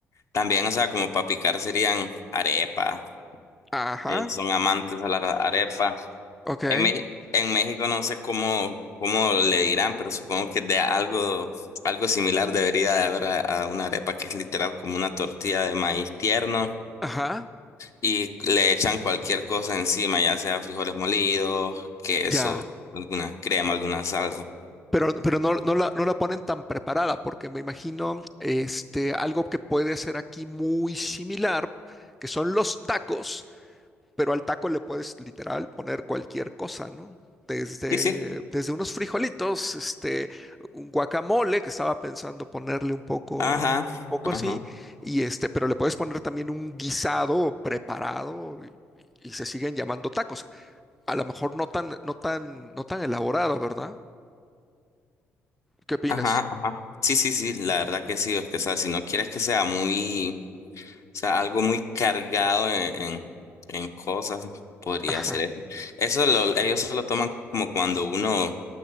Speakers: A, on the left; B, in the centre.
A: También, o sea, como para picar serían arepa.
B: Ajá,
A: Ellos son amantes a la ra- arepa.
B: ok,
A: En, Mex- en México no sé cómo, cómo le dirán, pero supongo que de algo, algo similar debería de haber a a una arepa que es literal como una tortilla de maíz tierno.
B: ajá,
A: Y le echan cualquier cosa encima, ya sea frijoles molidos, queso,
B: ya.
A: alguna crema, alguna salsa.
B: Pero, pero no, no la, no la ponen tan preparada, porque me imagino este, algo que puede ser aquí muy similar, que son los tacos, pero al taco le puedes literal poner cualquier cosa, ¿no? Desde,
A: Sí, sí.
B: desde unos frijolitos, este, un guacamole, que estaba pensando ponerle un poco,
A: Ajá,
B: un poco así,
A: ajá,
B: y este, pero le puedes poner también un guisado preparado y, y se siguen llamando tacos. A lo mejor no tan, no tan, no tan elaborado, ¿verdad? ¿Qué opinas?
A: ajá, ajá. Sí, sí, sí, la verdad que sí. Es que, o sea, si no quieres que sea muy, o sea, algo muy cargado en, en, en cosas, podría
B: <laughs>
A: ser eso. Eso lo- ellos se lo toman como cuando uno,